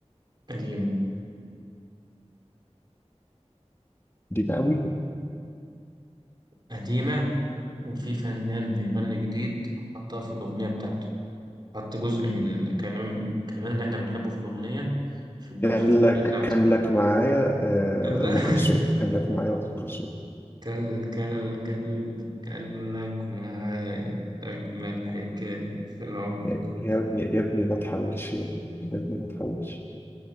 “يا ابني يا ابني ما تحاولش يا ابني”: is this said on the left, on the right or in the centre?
Left